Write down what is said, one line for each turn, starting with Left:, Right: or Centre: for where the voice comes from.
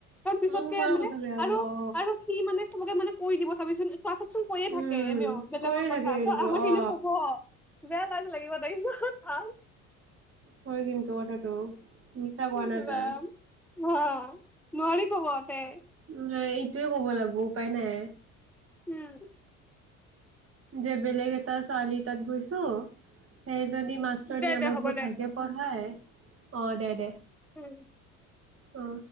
Centre: তাৰ পিছতকে
Right: মোক কয়
Centre: মানে
Right: কথা বেয়া
Centre: আৰু,
Right: পাব অ
Centre: আৰু, সি মানে চবকে মানে কৈ দিব চাবিচোন, ক্লাছত চুন কয় থাকে,
Right: উম
Centre: এনেও বেলেগৰ
Right: কৈয়ে থাকে
Centre: কথা,
Right: কিন্তু
Centre: ত' আমাৰ খিনিও
Right: অ
Centre: ক'ব। বেয়া লাজ লাগিব, তাৰপিচত ভাল।
Right: হয়, কিন্তু কথাটো। মিছা কোৱা
Centre: ইছ
Right: নাই তই
Centre: ৰাম অ', নোৱাৰি ক'বতে।
Right: নাই এইটোয়ে ক'ব লাগিব, উপায় নাই।
Centre: উম।
Right: যে বেলেগ এটা ছোৱালী তাত গৈছো, সেইজনী মাষ্টৰনি
Centre: দে
Right: আমাক
Centre: দে হ'ব
Right: বহুত
Centre: দে
Right: ভালকে পঢ়াই অ', দে দে।
Centre: উম।
Right: অ'।